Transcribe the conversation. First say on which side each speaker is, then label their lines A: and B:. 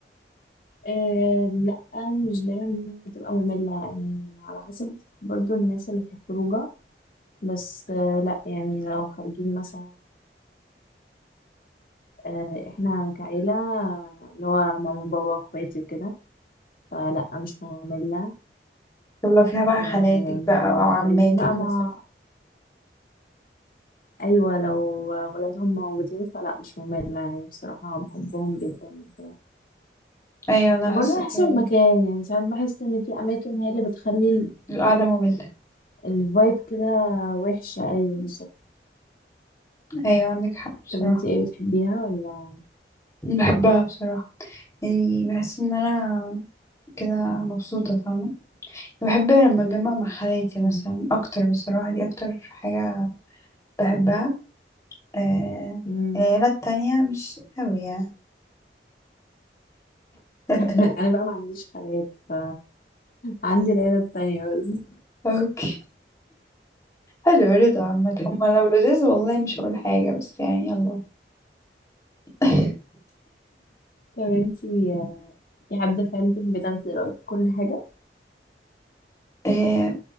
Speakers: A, on the left; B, on the left.
A: آه لا مش دايما بتبقى مملة يعني على حسب برضو الناس اللي في الخروجة بس آه لا يعني لو خارجين مثلا آه احنا كعيلة آه، اللي هو ماما بابا اخواتي وكده فلا مش مملة
B: طب لو فيها بقى
A: آه
B: خالاتك بقى
A: لو
B: او
A: خارجين
B: عماتك
A: بقى مع
B: مثلا
A: ايوه لو ولادهم موجودين فلا مش مملة يعني بصراحة بحبهم جدا وكده
B: ايوه انا
A: وبرضه
B: حاسة
A: على حسب
B: كده
A: المكان يعني ساعات بحس ان في اماكن هي اللي بتخلي
B: القعدة مملة
A: الفايب كده وحشة أيوة بالظبط
B: ايوه عندك حق بصراحة
A: طب انت ايه بتحبيها ولا
B: بحبها بصراحة يعني بحس ان انا كده مبسوطة فاهمة بحب لما اتجمع مع خالاتي مثلا
A: اه.
B: اكتر بصراحة دي اكتر حاجة بحبها آه،
A: مم.
B: العيلات التانية مش قوي يعني <laughs>
A: <laughs> انا بقى ما عنديش خالات ف عندي العيلة التانية بس
B: اوكي حلو رضا عامة هما لو لذيذ والله مش هقول حاجة بس يعني يلا <laughs>
A: طب انت في حد في عيلتك بتاخدي رأيه في كل حاجة
B: آه،